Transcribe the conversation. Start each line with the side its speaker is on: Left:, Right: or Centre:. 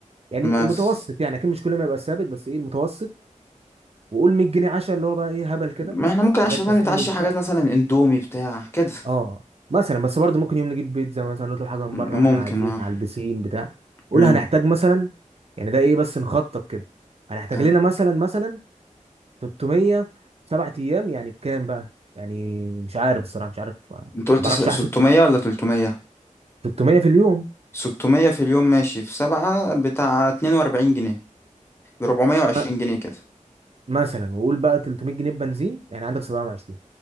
Right: يعني
Left: بس
Right: المتوسط يعني اكيد مش كل ما يبقى ثابت بس ايه المتوسط وقول 100 جنيه عشاء اللي هو بقى ايه هبل كده
Left: ما احنا ممكن
Right: حاجات
Left: عشان
Right: تسالي
Left: نتعشى
Right: وبتاع
Left: حاجات مثلا اندومي بتاع كده
Right: اه مثلا بس برضه ممكن يوم نجيب بيتزا مثلا نطلب حاجه من بره
Left: ممكن
Right: واحنا قاعدين
Left: اه
Right: على البسين بتاع قول
Left: امم
Right: هنحتاج مثلا يعني ده ايه بس نخطط كده هنحتاج
Left: تمام.
Right: لنا مثلا مثلا 300 سبع ايام يعني بكام بقى يعني مش عارف الصراحه مش عارف ما
Left: انت قلت
Right: بعرفش
Left: س- 600
Right: احسب
Left: ولا 300
Right: 300 في اليوم
Left: 600 في اليوم ماشي في سبعة بتاع 42 جنيه ب 420
Right: م-
Left: جنيه كده
Right: مثلا وقول بقى 300 جنيه بنزين يعني عندك 720